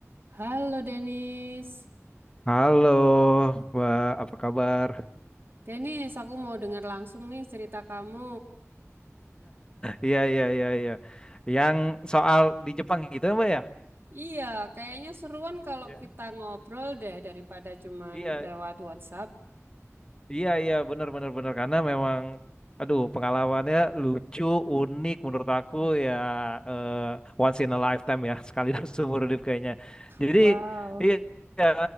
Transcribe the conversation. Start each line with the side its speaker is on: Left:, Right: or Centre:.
Right: Halo Denis.
Left: Halo, Mbak, apa kabar?
Right: Denis, aku mau dengar langsung nih cerita kamu.
Left: Iya, iya, iya, iya. Yang soal di Jepang gitu, ya, Mbak ya?
Right: Iya, kayaknya seruan kalau
Left: Iya.
Right: kita ngobrol deh daripada cuman
Left: Iya,
Right: lewat WhatsApp.
Left: iya, iya, benar, benar, benar. Karena memang, aduh, pengalamannya lucu, unik menurut aku ya, eh, once in a lifetime ya, <laughs> sekali dalam seumur hidup kayaknya. Jadi,
Right: Wow,
Left: iya, iya,